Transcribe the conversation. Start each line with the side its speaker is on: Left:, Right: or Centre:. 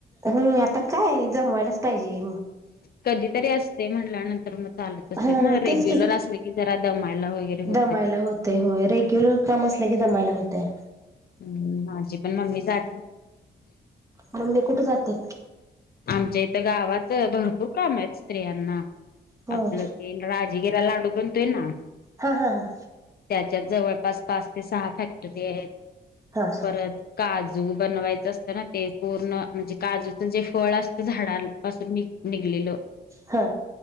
Right: ह आता काय जमवायलाच पाहिजे.
Left: कधीतरी असतय, म्हणल्यानंतर मग चालत असेल
Right: हा
Left: ना रेग्युलर
Right: तेच की,
Left: असले की जरा दमायला वगैरे होते
Right: दमायला होतेय रेग्युलर काम असलं आसल कि दमाायला होतया.
Left: हम्म माझी पण मम्मी जाती
Right: मग मी कुठे जाते.
Left: आमच्या इथं गावात भरपूर काम आहेत स्त्रियांना
Right: होय
Left: आपलं ते राजी गिरा लाडू बनतोय ना,
Right: हा हा हां
Left: त्यात जवळपास पाच ते सहा फॅक्टरी आहेत.
Right: हा हा
Left: पर काज जू बनवायच असतं. ना ते पूर्ण म्हणजे काजूचं जे फळ असत झाडांपासून नि निघलेलं.
Right: हां